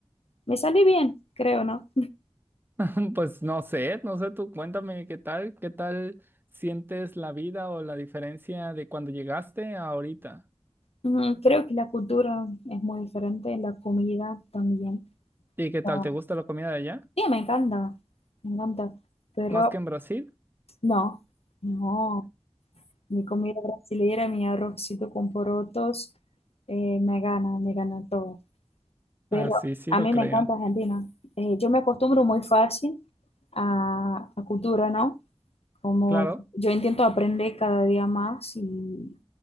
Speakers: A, on the left; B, on the right.
A: me salí bien, creo, ¿no?
B: <laughs> Pues no sé, no sé, tú cuéntame qué tal, qué tal sientes la vida o la diferencia de cuando llegaste a ahorita.
A: Mm, Creo que la cultura es muy diferente, la comida también.
B: ¿Y qué tal?
A: No,
B: ¿Te gusta la comida de allá?
A: sí, me encanta, me encanta, pero
B: ¿Más que en Brasil?
A: no, no, mi comida brasileña, mi arrocito con porotos, eh, me gana, me gana todo. Pero
B: Ah, sí, sí,
A: a
B: lo
A: mí
B: creo.
A: me encanta Argentina. Eh, yo me acostumbro muy fácil a, a cultura, ¿no? Como
B: Claro,
A: yo intento aprender cada día más y